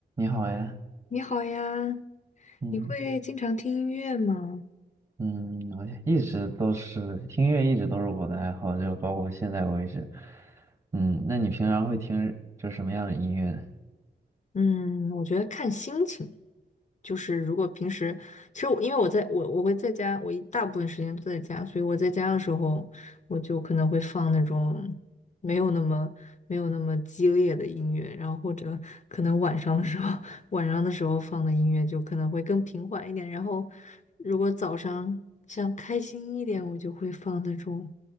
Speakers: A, on the right; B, on the left.
A: 你好呀，
B: 你好呀，
A: 嗯
B: 你会经常听音乐吗？
A: 嗯，我一直都是听音乐，一直都是我的爱好，就包括现在为止。嗯，那你平常会听就什么样的音乐呢？
B: 嗯，我觉得看心情，就是如果平时，其实我因为我在我我会在家，我一大部分时间都在家，所以我在家的时候，我就可能会放那种没有那么没有那么激烈的音乐，然后或者可能晚上的时候，<laughs> 晚上的时候放的音乐就可能会更平缓一点，然后如果早上想开心一点，我就会放那种。